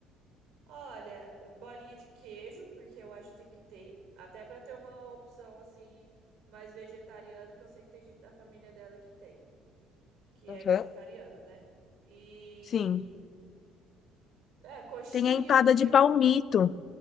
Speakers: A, on the right; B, on the left.
A: Olha, bolinha de queijo, porque eu acho que tem que ter, até pra ter uma opção assim mais vegetariana, que eu sei que tem gente da família dela que tem, que
B: Aham.
A: é vegetariana, né? E
B: Sim.
A: é coxinha,
B: Tem a empada
A: porque
B: de palmito.